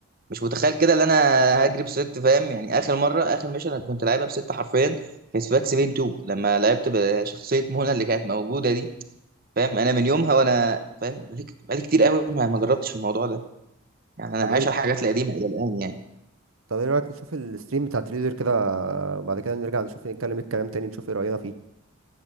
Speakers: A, on the right (about 45°); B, on the right (about 85°).
A: مش متخيل كده اللي أنا هجري بست فاهم يعني آخر مرة آخر ميشن أنا كنت لعبها بست حرفيا كانت في باكس بين 2 لما لعبت بشخصية منى اللي كانت موجودة دي فاهم أنا من يومها وأنا فاهم بقالي بقالي كتير قوي ما ما جربتش الموضوع ده يعني انا
B: طب
A: عايش على الحاجات القديمه الى الان يعني
B: طب ايه رأيك نشوف الستريم بتاع تريزر كده بعد كده نرجع نشوف نتكلم الكلام تاني نشوف ايه رأينا فيه